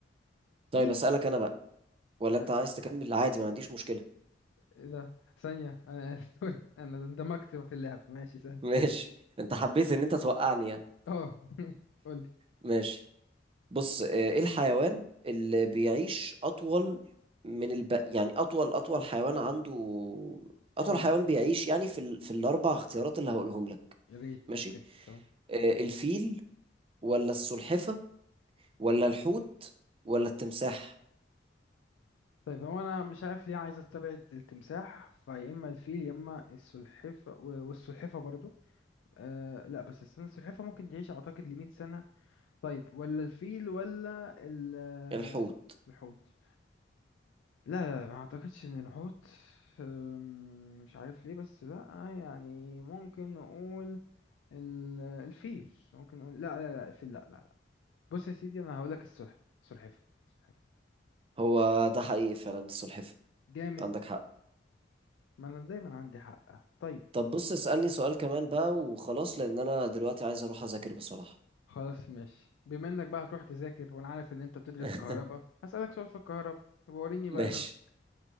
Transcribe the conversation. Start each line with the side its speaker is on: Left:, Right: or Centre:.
Right: طيب
Left: ايه
Right: اسألك انا بقى ولا انت
Left: آه،
Right: عايز تكمل عادي ما عنديش مشكلة
Left: ايه ده ثانية انا <laughs> سوري انا اندمجت في اللعبة ماشي
Right: <laughs>
Left: ثانية
Right: ماشي انت حبيت ان انت توقعني يعني
Left: اه <laughs> قول لي
Right: ماشي بص آه، ايه الحيوان اللي بيعيش اطول من الب... يعني اطول اطول حيوان عنده اطول
Left: عمر
Right: حيوان بيعيش يعني في ال... في الاربع اختيارات اللي هقولهم لك
Left: يا ريت
Right: ماشي
Left: اوكي تمام
Right: آه، الفيل ولا السلحفة ولا الحوت ولا التمساح
Left: طيب هو انا مش عارف ليه عايز استبعد التمساح فيا اما الفيل يا اما السلحفة و- والسلحفة برضو آه لا بس استنى السلحفة ممكن تعيش اعتقد ل 100 سنة طيب ولا الفيل ولا ال آه،
Right: الحوت
Left: الحوت لا لا ما اعتقدش ان الحوت آم، مش عارف ليه بس لا يعني ممكن نقول ال- الفيل ممكن نقول لا لا لا الفيل لا لا لا بص يا سيدي انا هقول لك السلحفة سلحفة سلحفة
Right: هو ده حقيقي فعلا السلحفة
Left: جامد
Right: عندك حق
Left: ما انا دايما عندي حق طيب
Right: طب بص اسألني سؤال كمان بقى وخلاص لأن أنا دلوقتي عايز أروح أذاكر بصراحة
Left: خلاص ماشي بما انك بقى هتروح تذاكر وانا عارف ان انت بتدرس
Right: <laughs>
Left: كهرباء هسألك سؤال في الكهرباء يبقى وريني
Right: ماشي
Left: بقى نفسك